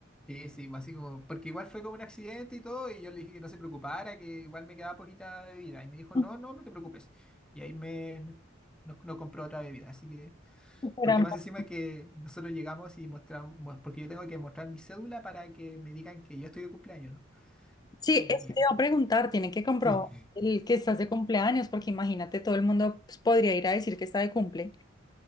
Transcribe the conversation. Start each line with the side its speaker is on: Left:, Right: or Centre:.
Centre: Sí, sí, así como, porque igual fue como un accidente y todo, y yo le dije que no se preocupara, que igual me quedaba poquita bebida. Y me dijo,
Left: Ujú.
Centre: no, no, no te preocupes. Y ahí me, me- nos, nos compró otra bebida. Así que
Left: Súper
Centre: porque
Left: amable.
Centre: más encima que nosotros llegamos y mostramos, bueno, porque yo tengo que mostrar mi cédula para que me digan que yo estoy de cumpleaños, ¿no?
Left: Sí,
Centre: Y
Left: eso te iba a preguntar, tiene que comprobar
Centre: Sí.
Left: el que estás de cumpleaños, porque imagínate, todo el mundo pues, podría ir a decir que está de cumple.